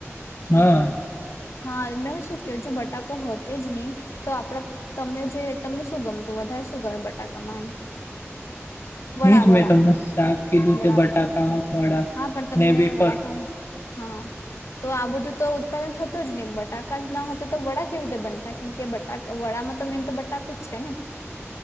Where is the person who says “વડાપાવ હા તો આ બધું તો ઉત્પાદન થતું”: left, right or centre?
Left